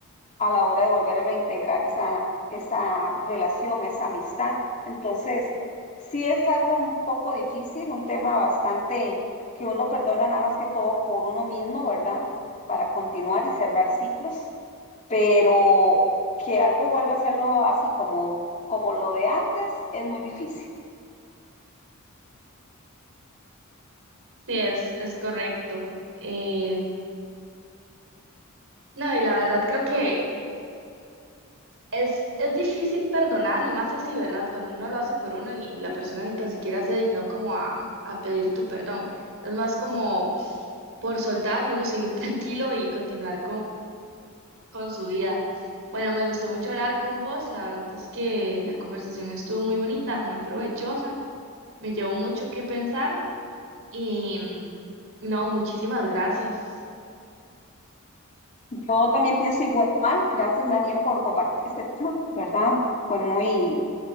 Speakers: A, on the left; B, on the right.
A: a la hora de volver a reintegrar esa, esa relación, esa amistad. Entonces, sí es algo un poco difícil, un tema bastante que uno perdona nada más que todo por uno mismo, ¿verdad? Para continuar y cerrar ciclos, pero que algo vuelva a hacerlo así como, como lo de antes es muy difícil.
B: Sí, es, es correcto. Eh, no, y la verdad creo que es, es difícil perdonar y más así, ¿verdad? Cuando uno lo hace por uno y la persona ni tan siquiera se dignó como a, a pedir tu perdón. Es más como por soltar y uno seguir <laughs> tranquilo y continuar con su vida. Bueno, me gustó mucho hablar con vos. La verdad es que la conversación estuvo muy bonita, muy provechosa. Me llevó mucho que pensar y mm, no, muchísimas gracias.
A: Yo también pienso igual. Gracias, Daniel, por compartir este tema, ¿verdad? Fue muy,